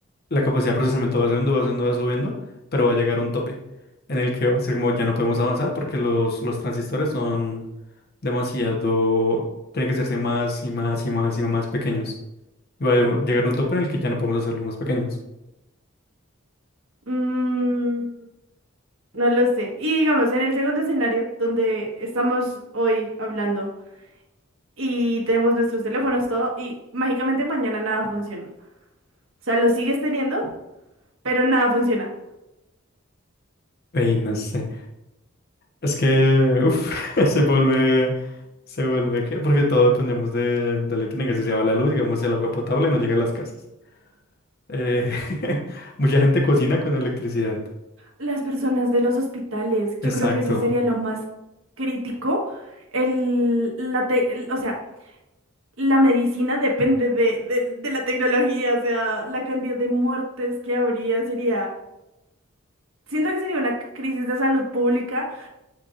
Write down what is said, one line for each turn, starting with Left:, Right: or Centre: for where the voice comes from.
Left: la capacidad de procesamiento va subiendo, va subiendo, va subiendo, pero va a llegar a un tope en el que va a ser como ya no podemos avanzar porque los, los transistores son demasiado, tienen que hacerse más y más y más y más pequeños. Y va a llegar a un tope en el que ya no podemos hacerlos más pequeños.
Right: Mm, no lo sé. Y digamos, en el segundo escenario, donde estamos hoy hablando y tenemos nuestros teléfonos, todo, y mágicamente mañana nada funciona. O sea, lo sigues teniendo, pero nada funciona.
Left: Y no sé, es que, uff, <laughs> se vuelve, se vuelve que, porque todo dependemos de, de electrónica, si se va la luz, digamos, si el agua potable no llega a las casas. Eh, <laughs> mucha gente cocina con electricidad.
Right: Las personas de los hospitales, yo
Left: Exacto.
Right: creo que eso sería lo más crítico. El, la te- el- o sea, La medicina depende de, de, de la tecnología, o sea, la cantidad de muertes que habría sería, siento que sería una crisis de salud pública